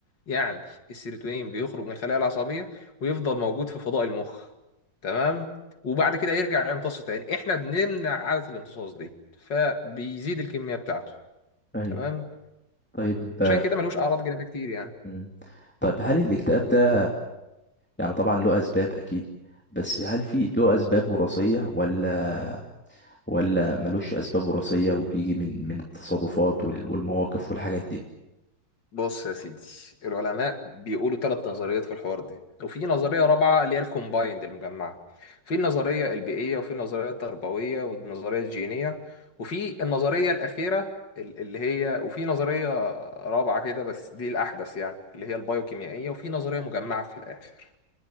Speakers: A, on the left; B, in the centre.
A: يعني السيروتونين بيخرج من الخلايا العصبيه ويفضل موجود في فضاء المخ تمام وبعد كده يرجع يمتص تاني احنا بنمنع عاده الامتصاص دي فبيزيد الكميه بتاعته
B: ايوه
A: تمام
B: طيب
A: عشان كده ملوش اعراض جانبيه كتير يعني
B: مم. طيب هل الاكتئاب ده يعني طبعا له اسباب اكيد بس هل في له اسباب وراثيه ولا ولا ملوش اسباب وراثيه وبيجي من من التصرفات وال- والمواقف والحاجات دي
A: بص يا سيدي العلماء بيقولوا ثلاث نظريات في الحوار ده وفي نظريه رابعه اللي هي الكومبايند المجمعه في النظريه البيئيه وفي النظريه التربويه والنظريه الجينيه وفي النظريه الاخيره ال- اللي هي وفي نظريه رابعه كده بس دي الاحدث يعني اللي هي البايوكيميائيه وفي نظريه مجمعه في الاخر